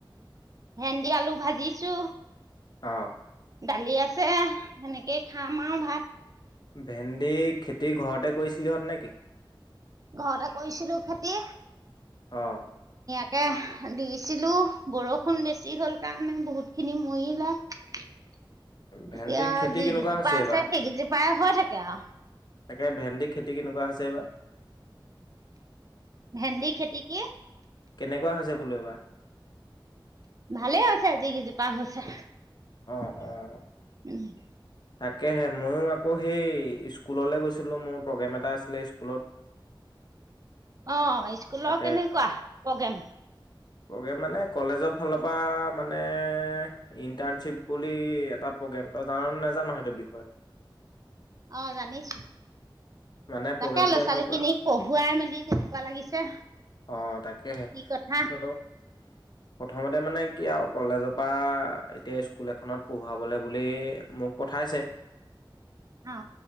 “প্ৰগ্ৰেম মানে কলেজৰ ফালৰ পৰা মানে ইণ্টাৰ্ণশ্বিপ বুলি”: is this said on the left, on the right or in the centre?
Left